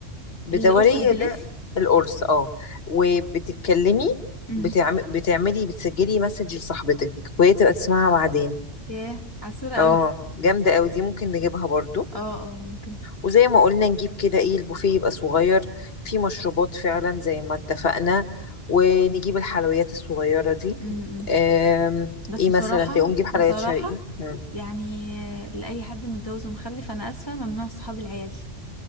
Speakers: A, on the left; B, on the left.
A: بدورية
B: القرص اللي بيلف
A: ده القرص اه وبتتكلمي
B: امم
A: بتعم... بتعملي بتسجلي مسج لصاحبتك وهي تبقى تسمعها بعدين
B: ياه عسولة
A: اه
B: قوي
A: جامدة قوي دي ممكن نجيبها برضو
B: اه اه ممكن
A: وزي ما قلنا نجيب كده ايه البوفيه يبقى صغير فيه مشروبات فعلا زي ما اتفقنا ونجيب الحلويات الصغيرة دي
B: امم
A: آم،
B: بس
A: ايه
B: بصراحة
A: مثلا تقوم نجيب حلويات
B: بصراحة
A: شرقي مم.
B: يعني آه، لأي حد متجوز ومخلف أنا آسفة ممنوع صحاب العيال